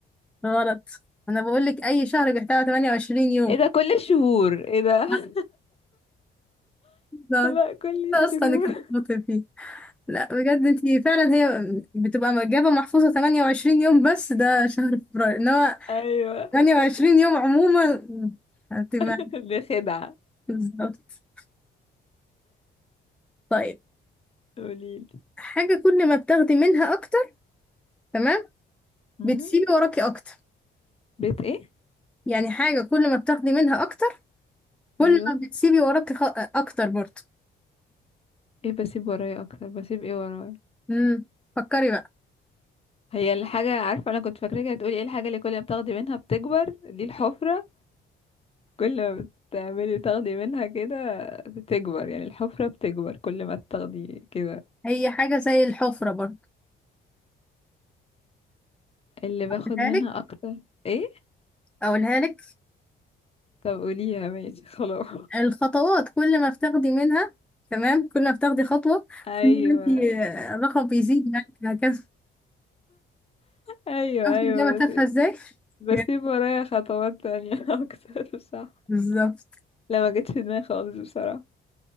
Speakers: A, in the centre; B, on the left.
A: غلط انا بقول لك اي شهر بيحتوي على 28 يوم
B: ايه ده كل الشهور ايه ده
A: <laughs>
B: <laughs>
A: لحظة
B: لا كل الشهور
A: اصلا انا كنت بطل فيه لا بجد انتي فعلا هي بتبقى إجابة محفوظة 28 يوم بس ده شهر فبراير انما
B: ايوه
A: 28 يوم عموما هتبقى
B: <laughs> دي خدعة
A: بالظبط طيب
B: قوليلي
A: حاجة كل ما بتاخدي منها أكتر تمام
B: أمم؟
A: بتسيبي وراكي أكتر
B: بيت ايه
A: يعني حاجة كل ما بتاخدي منها أكتر كل
B: ايوه
A: ما بتسيبي وراكي خ... أكتر برضه
B: ايه بسيب ورايا اكتر بسيب ايه ورايا
A: امم فكري بقى
B: هي الحاجة عارفة انا كنت فاكراك هتقولي ايه الحاجة اللي كل ما بتاخدي منها بتكبر دي الحفرة كل ما بتعملي تاخدي منها كده بتكبر يعني الحفرة بتكبر كل ما تاخدي كده
A: هي حاجة زي الحفرة برضه
B: اللي باخد
A: أقولها
B: منها
A: لك
B: اكتر ايه
A: أقولها لك
B: طب قوليها ماشي خلاص
A: الخطوات كل ما بتاخدي منها تمام كل ما بتاخدي خطوة
B: ايوه
A: كل ما انتي آه، الرقم بيزيد معاكي هكذا
B: ايوه
A: عرفتي
B: ايوه
A: الإجابة تافهة
B: بس
A: ازاي؟
B: بسيب
A: <laughs>
B: ورايا خطوات تانية <laughs> اكتر صح
A: بالظبط
B: لا ما جتش في دماغي خالص بصراحة